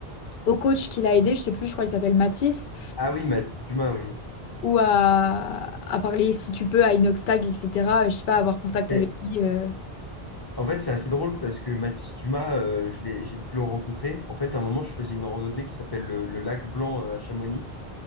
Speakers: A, on the left (about 65°); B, on the left (about 25°).
A: au coach qui l'a aidé. Je sais plus, je crois qu'il s'appelle Mathis
B: Ah oui, Mathis Dumas, oui.
A: ou à, à parler si tu peux à Inoxtag Tag, etc. Je sais pas, avoir contact
B: Et
A: avec lui. euh.
B: en fait, c'est assez drôle parce que Mathis Dumas, euh, je l'ai, j'ai pu le rencontrer. En fait, à un moment, je faisais une randonnée qui s'appelle le, le lac Blanc euh, à Chamonix.